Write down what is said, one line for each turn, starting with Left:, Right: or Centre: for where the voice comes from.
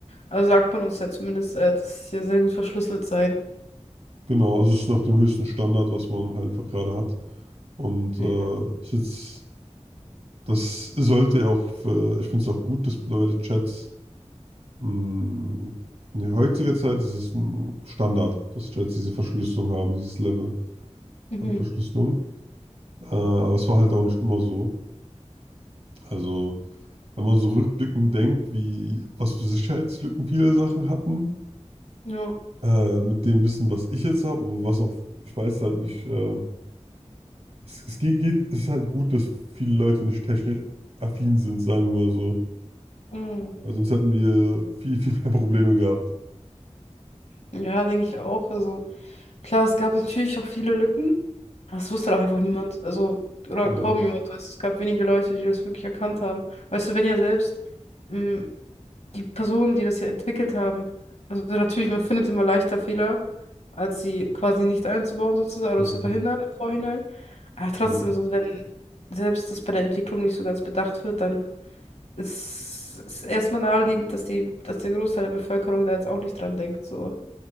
Left: also sagt man uns ja zumindest, äh, dass es ja sehr gut verschlüsselt sei.
Right: Genau, also es ist nach dem höchsten Standard, was man halt einfach gerade hat. Und
Left: Mhm.
Right: äh, es ist jetzt, das sollte ja auch für, ich finde es auch gut, dass mittlerweile Chats mh, in der heutigen Zeit ist es ein Standard, dass Chats diese Verschlüsselung haben, dieses Level
Left: Mhm.
Right: an Verschlüsselung. Äh, aber es war halt auch nicht immer so. Also, wenn man so rückblickend denkt, wie was für Sicherheitslücken viele Sachen hatten,
Left: Ja,
Right: äh, mit dem Wissen, was ich jetzt habe, was auch, ich weiß halt nicht, äh, Es, es geht, geht, es ist halt gut, dass viele Leute nicht technisch affin sind, sagen wir mal so.
Left: mhm.
Right: Weil sonst hätten wir viel, viel mehr Probleme gehabt.
Left: Ja, denke ich auch. Also klar, es gab natürlich auch viele Lücken, aber es wusste doch einfach niemand. Also, oder
Right: Genau,
Left: kaum jemand. Weißt, du, es gab wenige Leute, die das wirklich erkannt haben. Weißt du, wenn ja selbst mh, die Personen, die das ja entwickelt haben, also natürlich, man findet immer leichter Fehler, als sie quasi nicht einzubauen sozusagen oder
Right: genau,
Left: zu verhindern im Vorhinein. Aber trotzdem,
Right: genau.
Left: so wenn selbst das bei der Entwicklung nicht so ganz bedacht wird, dann ist es erstmal naheliegend, dass die, dass der Großteil der Bevölkerung da jetzt auch nicht dran denkt. So.